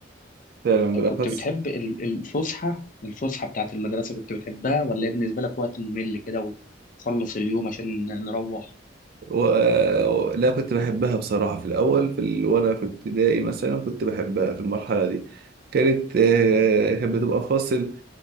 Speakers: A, on the right; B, on the left.
A: فعلا
B: طب
A: بالأخص
B: كنت بتحب ال- الفسحة الفسحة بتاعت المدرسة كنت بتحبها ولا هي بالنسبة لك وقت ممل كده وخلص اليوم عشان نروح
A: و... آه، لا كنت بحبها بصراحة في الأول في ال... وأنا في ابتدائي مثلا كنت بحبها في المرحلة دي كانت آه، كانت بتبقى فاصل